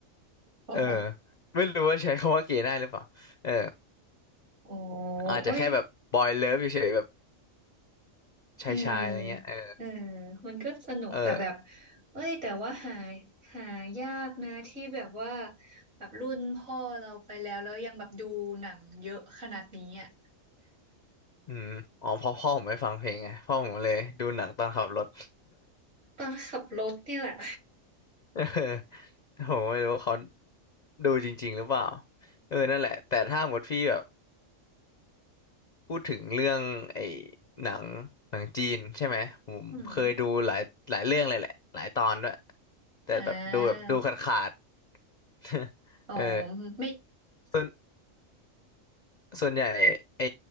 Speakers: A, on the right; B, on the left.
A: อ้
B: เออ
A: <laughs>
B: ไม่รู้ว่าใช้คำว่าเก๋ได้หรือเปล่าเออ
A: โอ้
B: อาจจะแค่แบบบอยเลิฟเฉยๆแบบ
A: โอ้ยเออเออ
B: ชายชายอะไรเงี้ยเออ
A: มันก็สนุกแต่แบบ
B: เออ
A: เอ้ยแต่ว่าหาหายากนะที่แบบว่าแบบรุ่นพ่อเราไปแล้วแล้วยังแบบดูหนังเยอะขนาดนี้อ่ะ
B: อืมอ๋อเพราะพ่อผมไม่ฟังเพลงไงพ่อผมเลยดูหนังตอนขับรถ
A: ตอนขับรถเนี่ยแหละ
B: <laughs> ผมไม่รู้ว่าเขาดูจริงๆหรือเปล่าเออนั่นแหละแต่ถ้าหมดพี่แบบพูดถึงเรื่องไอ้หนังหนังจีนใช่ไหมผมเคยดูหลายหลายเรื่องเลยแหละหลายตอนด้วย
A: อืม
B: แต่แบบดูแบบดูขาดขาด
A: อ่า
B: <laughs>
A: อ๋อ
B: เออ
A: ไม่
B: ส่วนส่วนใหญ่ไอ้